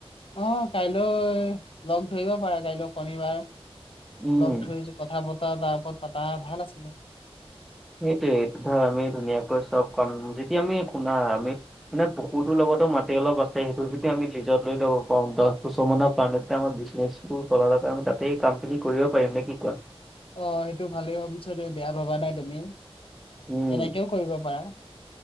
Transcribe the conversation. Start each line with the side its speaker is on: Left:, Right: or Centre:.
Left: অ' কাইলৈ লগ ধৰিব পাৰা কাইলৈ শনিবাৰ
Centre: উম
Left: লগ ধৰি যদি। কথা বতৰা তাৰ ওপৰত পাতা ভাল আছিলে।
Centre: সেইটোৱে ধৰ আমি ধুনীয়াকৈ চব কাম যেতিয়া আমি শুনা আমি। মানে পুখুৰটোৰ লগতো মাটি অলপ আছে। সেইটো যদি আমি লিজত লৈ ল'ব পাৰো দহ বছৰ মানৰ কাৰণ আমাৰ বিজনেচ। <inaudible> তাতেই কাম খিনি কৰিব পাৰিম নে কি কোৱা?
Left: অ 'সেইটো ভালেই হৈছে দে বেয়া ভবা নাই তুমি।
Centre: উম
Left: তেনেকেও কৰিব পাৰা।